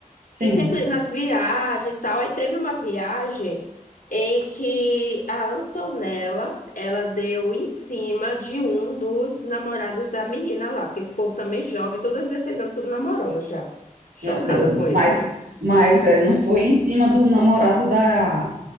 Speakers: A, on the right; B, on the left.
A: Sim.
B: que sempre nas viagens e tal. Aí teve uma viagem em que a Antonella, ela deu em cima de um dos namorados da menina lá, porque esse povo também jovem, todos 16 anos, tudo namorando já. Chocada
A: Meu Deus.
B: com isso.
A: Mas, mas é, não foi em cima do namorado da,